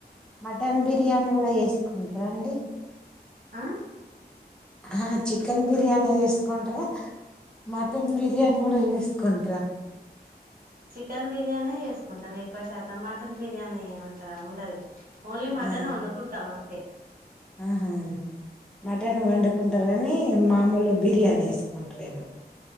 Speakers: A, in the centre; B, on the right.
A: మటన్ బిర్యానీ గుడా ఏసుకుంట్ర అండి
B: ఆ
A: ఆహ చికెన్ బిర్యాని ఏస్కుంట్ర మటన్ బిర్యాని కూడా వేసుకుంట్ర
B: చికెన్ బిర్యానీ చేసుకుంటాం ఎక్కువ శాతం మటన్ బిర్యానీ అంతా ఉండది ఓన్లీ మటన్
A: ఆ
B: వండుకుంటాం అంతే
A: ఆహా మటన్ వండుకుంటారు కానీ మామూలు బిర్యానీ వేసుకుంటారేమో